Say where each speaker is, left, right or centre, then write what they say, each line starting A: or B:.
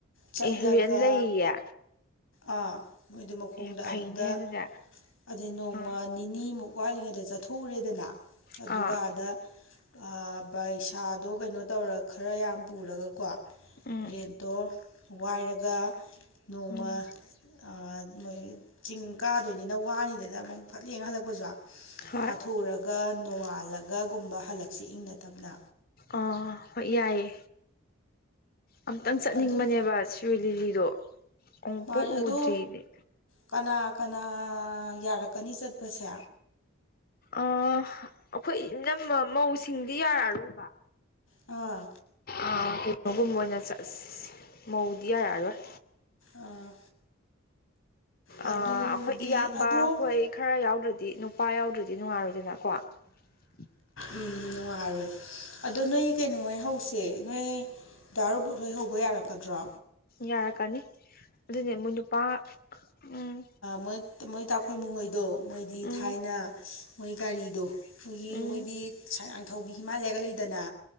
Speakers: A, on the left (about 75°); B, on the left (about 45°).
A: ꯆꯠꯂꯒ
B: ꯑꯦ ꯔꯦꯟ ꯂꯩꯌꯦ
A: ꯑꯥ ꯃꯣꯏꯗꯨ ꯃꯈꯣꯡꯗ
B: ꯑꯦ ꯐꯩꯅꯦ
A: ꯑꯗꯨꯗ
B: ꯑꯗꯨꯗꯤ
A: ꯑꯗꯩ ꯅꯣꯡꯃ
B: ꯑꯥ
A: ꯅꯤꯅꯤꯃꯨꯛ ꯋꯥꯠꯂꯤꯉꯩꯗ ꯆꯠꯊꯣꯛꯎꯔꯦꯗꯅ ꯑꯗꯨꯒ
B: ꯑꯥ
A: ꯑꯥꯗ ꯑꯥ ꯄꯩꯁꯥꯗꯣ ꯀꯩꯅꯣ ꯇꯧꯔꯒ ꯈꯔꯥ ꯌꯥꯝ ꯄꯨꯔꯒꯀꯣ
B: ꯎꯝ
A: ꯔꯦꯟꯠꯇꯣ ꯋꯥꯏꯔꯒ ꯅꯣꯡꯃ
B: ꯎꯝ
A: ꯑꯥ ꯃꯣꯏ ꯆꯤꯡ ꯀꯥꯗꯣꯏꯅꯤꯅ ꯋꯥꯅꯤꯗꯅ ꯑꯃꯨꯛ ꯐꯠ ꯌꯦꯡ ꯍꯜꯂꯛꯄꯁꯨ
B: ꯍꯣꯏ
A: ꯀꯥꯊꯣꯛꯎꯔꯒ ꯅꯣꯡꯉꯥꯜꯂꯒꯨꯝꯕ ꯍꯜꯂꯛꯁꯦ ꯏꯪꯅ ꯊꯞꯅ
B: ꯑꯥ ꯍꯣꯏ ꯌꯥꯏꯌꯦ ꯑꯝꯇꯪ ꯆꯠꯅꯤꯡꯕꯅꯦꯕ
A: ꯑꯗꯨ
B: ꯁꯤꯔꯣꯏ ꯂꯤꯂꯤꯗꯣ ꯑꯃꯨꯛꯄꯥꯎ
A: ꯃꯥꯅꯦ ꯑꯗꯣ
B: ꯎꯗ꯭ꯔꯤꯌꯦ
A: ꯀꯅꯥ ꯀꯅꯥ ꯌꯥꯔꯛꯀꯅꯤ ꯆꯠꯄꯁꯦ
B: ꯑꯥ ꯑꯩꯈꯣꯏ ꯏꯅꯝꯃ ꯃꯧꯁꯤꯡꯗꯤ ꯌꯥꯔꯛ ꯑꯔꯣꯏꯕ
A: ꯑꯥ
B: ꯑꯥ ꯀꯩꯅꯣꯒꯨꯝꯕ ꯑꯣꯏꯅ ꯆꯠꯁꯦ ꯃꯧꯗꯤ ꯌꯥꯔꯛꯑꯔꯣꯏ
A: ꯑꯥ ꯑꯗꯨꯗꯤ
B: ꯑꯥ ꯑꯩꯈꯣꯏ ꯏꯌꯥꯝꯕ
A: ꯑꯗꯣ
B: ꯍꯣꯏ ꯈꯔꯥ ꯌꯥꯎꯗ꯭ꯔꯗꯤ ꯅꯨꯄꯥ ꯌꯥꯎꯗ꯭ꯔꯗꯤ ꯅꯨꯡꯉꯥꯏꯔꯣꯏꯗꯅꯀꯣ <inaudible>
A: ꯎꯝ ꯅꯨꯡꯉꯥꯏꯔꯣꯏ ꯑꯗꯣ ꯅꯣꯏ ꯀꯩꯅꯣꯍꯣꯏ ꯍꯧꯁꯦ ꯅꯣꯏ ꯗꯥ ꯔꯥꯍꯨꯜ ꯍꯣꯏ ꯍꯧꯕ ꯌꯥꯔꯛꯀꯗ꯭ꯔꯣ
B: ꯌꯥꯔꯛꯀꯅꯤ ꯑꯗꯨꯅꯦ ꯃꯣꯏ ꯅꯨꯄꯥ ꯎꯝ
A: ꯃꯣꯏ ꯃꯣꯏ ꯇꯥ ꯈꯣꯏꯃꯨ ꯍꯣꯏꯗꯣ ꯃꯣꯏꯗꯤ
B: ꯎꯝ
A: ꯊꯥꯏꯅ ꯃꯣꯏ ꯒꯥꯔꯤꯗꯣ ꯑꯩꯈꯣꯏꯒꯤ
B: ꯎꯝ
A: ꯃꯣꯏꯗꯤ ꯁꯥꯡꯊꯧꯕꯤ ꯍꯤꯃꯥꯂꯌꯥꯒ ꯂꯩꯗꯅ